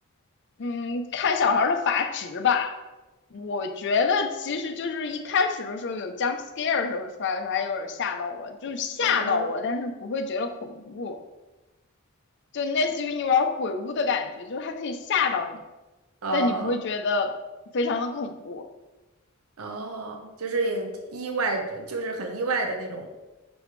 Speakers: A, on the left (about 55°); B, on the right (about 75°).
A: 嗯，看小孩儿的阀值吧，我觉得其实就是一开始的时候有 jump scare 的时候出来的时候还有点吓到我，就是吓到我，
B: 嗯嗯
A: 但是不会觉得恐怖。就类似于你玩鬼屋的感觉，就是它可以吓到你，
B: 哦
A: 但你不会觉得非常的恐怖。
B: 哦，就是也意外，就是很意外的那种。